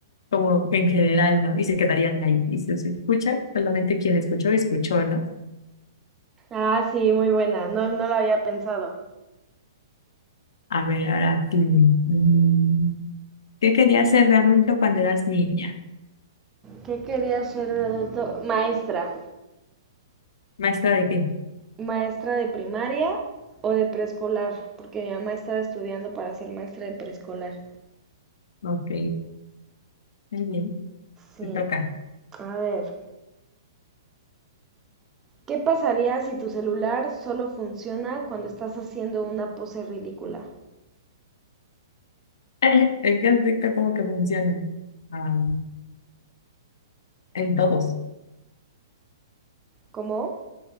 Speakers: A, on the left; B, on the right.
A: como que en general, ¿no? Y se quedarían ahí. Y si se escucha, solamente quien escuchó, escuchó, ¿no?
B: Ah, sí, muy buena. No, no lo había pensado.
A: A ver, ahora tú. Mm, ¿Qué querías ser de adulto cuando eras niña?
B: ¿Qué quería ser de adulto? Maestra.
A: ¿Maestra de qué?
B: Maestra de primaria o de preescolar, porque mi mamá estaba estudiando para ser maestra de preescolar.
A: Ok, muy bien.
B: Sí.
A: Te toca.
B: A ver. ¿Qué pasaría si tu celular solo funciona cuando estás haciendo una pose ridícula?
A: <laughs> ¿En qué aspecto como que funciona? Ah, en todos.
B: ¿Cómo?